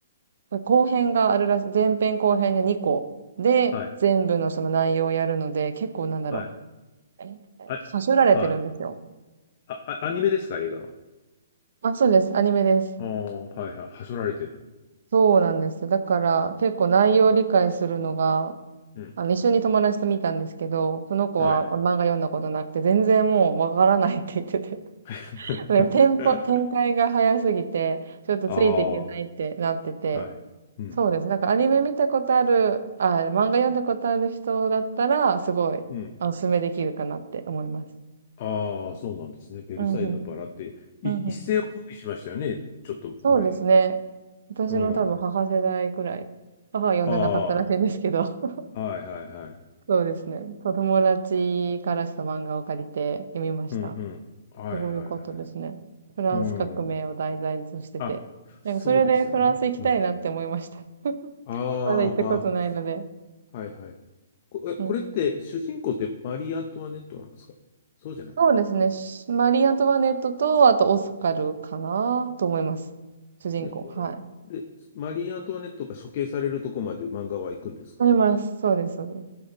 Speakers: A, on the right; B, on the left.
A: 後編があるらしい、前編後編で2個で全部のその内容をやるので、
B: はい、
A: 結構なんだろ
B: はい、
A: う、えーさしょられてるんですよ。
B: はい。あ、あはい。あ、あアニメですか映画は。
A: あ、そうです。アニメです。
B: ああ、はいはい。はしょられてる。
A: そうなんですよ。だから結構内容を理解するのが、
B: うん。
A: あの、一緒に友達と見たんですけど、その子は漫画読んだことなくて、
B: はい。
A: 全然もうわからないって言ってて。
B: <laughs>
A: <laughs> でテンポ、展開が早すぎて、ちょっとついていけないってなってて。
B: ああ、はい。うん。
A: そうです。なんかアニメ見たことある、あ、漫画読んだことある人だったら、すごい、
B: うん。
A: あのおすすめできるかなって思います。
B: ああ、そうなんですね。ベルサイユのバラって、
A: うんうん。
B: い、
A: うんうん。
B: 一世を風靡しましたよね。ちょっと前。
A: そうですね。私の多分母世代くらい。
B: うん。
A: 母は読んでなかったらしいんですけど。
B: ああ、はいはいはい。
A: そうですね。そう、友達からちょっと漫画を借りて読みました。
B: うんうん。はいはいはい。
A: すごい良かったですね。フランス革命を題材としてて。
B: うん。あ、そうですよね。
A: なんかそれでフランス行きたいなって思いました。
B: うん。
A: <laughs>
B: ああ、
A: まだ行ったことないので。
B: はいはい。こ、え、これって主人公ってマリー・
A: うん。
B: アントワネットなんですかそうじゃない。
A: そうですね。しマリー・アントワネットと、あとオスカルかなと思います。主人公。
B: で、えで、
A: はい。
B: マリー・アントワネットが処刑されるとこまで漫画は行くんですか
A: あります。そうです、そうです。